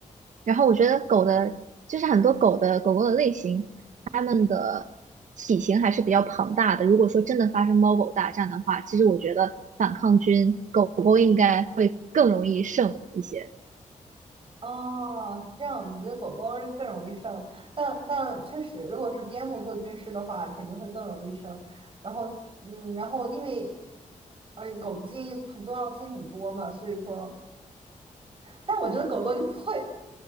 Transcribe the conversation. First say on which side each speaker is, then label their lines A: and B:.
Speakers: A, on the right (about 70°); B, on the right (about 45°).
A: 然后我觉得狗的就是很多狗的狗狗的类型，它们的体型还是比较庞大的，如果说真的发生猫狗大战的话，其实我觉得反抗军狗狗应该会更容易胜一些，
B: 哦，这样你觉得狗狗是更容易生，但但确实，如果是边牧做军师的话，肯定会更容易生。然后，嗯，然后因为而且狗的基因很多样性很多嘛，所以说。但我觉得狗狗就不会，